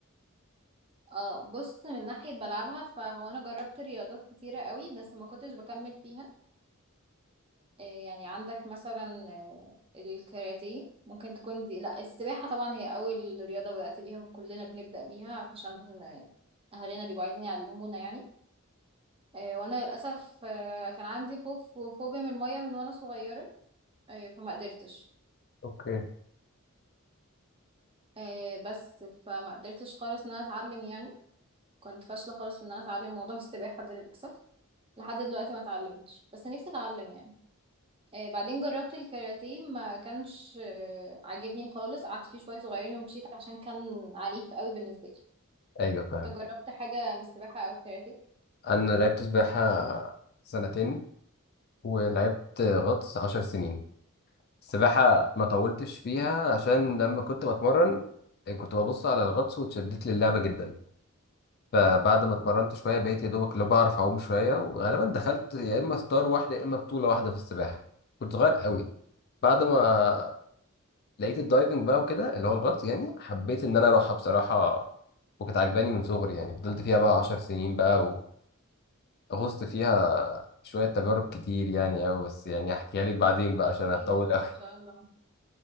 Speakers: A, on the right (about 25°); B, on the left (about 45°).
A: اه بص من ناحية بلعبها فهو انا جربت رياضات كتيرة قوي بس ما كنتش بكمل فيها آه يعني عندك مثلا آه الكاراتيه ممكن تكون دي لا السباحة طبعا هي اول رياضة بدأت بيها وكلنا بنبدأ بيها عشان آه، اهالينا بيبقوا عايزين يعلمونا يعني آه وانا للأسف آه كان عندي خوف وفوبيا من المية من وانا صغيرة آه فما قدرتش
B: اوكي
A: آه، بس فما قدرتش خالص ان انا اتعلم يعني كنت فاشله خالص في ان انا اتعلم موضوع السباحه ده للاسف لحد دلوقتي ما اتعلمتش بس نفسي اتعلم يعني آه، بعدين جربت الكاراتيه ما كانش آه، عاجبني خالص قعدت فيه شويه صغيرين ومشيت عشان كان عنيف قوي بالنسبه لي
B: ايوه فاهم
A: انت جربت حاجه من السباحه او الكاراتيه
B: انا لعبت سباحة سنتين ولعبت غطس عشر سنين السباحة ما طولتش فيها عشان لما كنت بتمرن كنت ببص على الغطس واتشدت للعبة جدا فبعد ما اتمرنت شوية بقيت يا دوبك اللي بعرف أعوم شوية وغالبا دخلت يا إما ستار واحدة يا إما بطولة واحدة في السباحة كنت صغير قوي بعد ما لقيت الدايفنج بقى وكده اللي هو الغطس يعني حبيت إن أنا أروحها بصراحة وكانت عجباني من صغري يعني فضلت فيها بقى عشر سنين بقى وغصت فيها شوية تجارب كتير يعني أوي بس يعني هحكيها لك بعدين بقى عشان هتطول
A: ايه ما
B: أوي
A: شاء الله